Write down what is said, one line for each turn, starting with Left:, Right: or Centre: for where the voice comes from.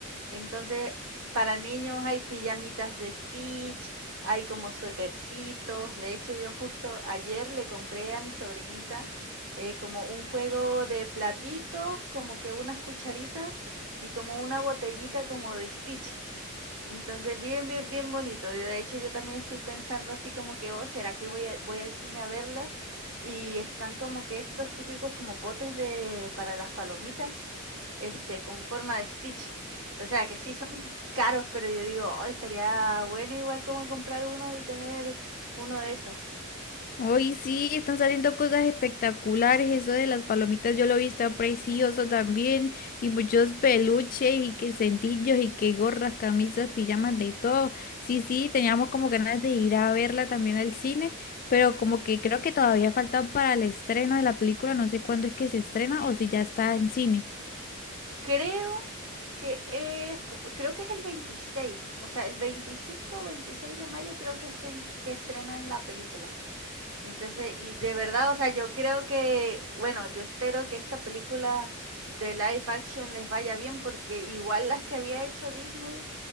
Right: Entonces, para niños hay pijamitas de Stitch, hay como suétercitos. De hecho, yo justo ayer le compré a mi sobrinita eh, como un juego de platitos, como que unas cucharitas y como una botellita como de Stitch. Entonces, bien, bien, bien bonito. De hecho, yo también estoy pensando así como que, oh, ¿será que voy a- voy al cine a verla? Y están como que estos típicos como potes de para las palomitas, este, con forma de Stitch. O sea, que sí son caros, pero yo digo, oh, estaría bueno igual como comprar uno y tener uno de esos.
Left: Hoy sí, están saliendo cosas espectaculares. Eso de las palomitas yo lo vi, está precioso también. Y muchos peluches y que cintillos y que gorras, camisas, pijamas, de todo. Sí, sí, teníamos como ganas de ir a verla también al cine, pero como que creo que todavía falta para el estreno de la película. No sé cuándo es que se estrena
Right: Sí,
Left: o si ya está en cine.
Right: creo que es, co- creo que es el 26, o sea, el 25 o 26 de mayo creo que es que, en- que estrenan la película. Entonces, y de verdad, o sea, yo creo que, bueno, yo espero que esta película de live action les vaya bien, porque igual las que había hecho Disney